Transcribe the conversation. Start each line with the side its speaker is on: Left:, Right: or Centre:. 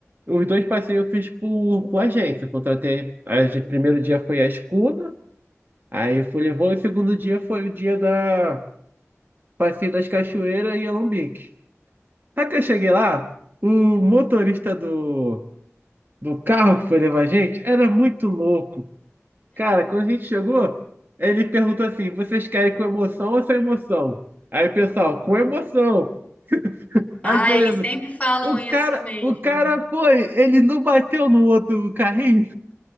Right: Os dois passeios eu fiz por, por agência. Contratei. A gente, primeiro dia foi a escuna, aí foi levou, e o segundo dia foi o dia da passeio das cachoeiras e Alambique. Sabe que eu cheguei lá? O motorista do, do carro que foi levar a gente era muito louco. Cara, quando a gente chegou, ele perguntou assim: vocês querem com emoção ou sem emoção? Aí, pessoal, com emoção. Aí,
Left: Ah,
Right: beleza.
Left: eles sempre falam
Right: O
Left: isso
Right: cara,
Left: mesmo.
Right: o cara foi, ele não bateu no outro carrinho.